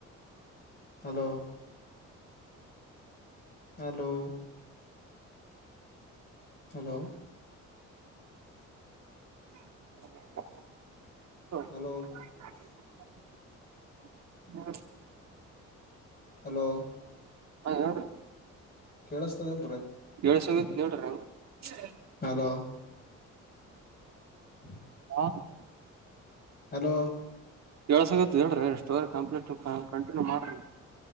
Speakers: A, on the left (about 30°); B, on the right (about 60°).
A: Hello hello hello
B: <unintelligible>
A: hello
B: <inaudible>
A: hello
B: ಹಾ ಹೇಳ್ಡ್ರಿ
A: ಕೇಳಸ್ತದೇನ್ರಿ?
B: <unintelligible>
A: ಹಲೋ <inaudible>
B: ಹಾ
A: ಹಲೋ
B: ಕೇಳ್ಸಕತ್ತಿ ಹೇಳ್ರಿಹೇಳ್ರಿ ಸ್ಟೋರಿ ಕಂಪ್ಲೀಟ್ ಕಂಟಿನ್ಯೂ ಮಾಡ್ರಿ.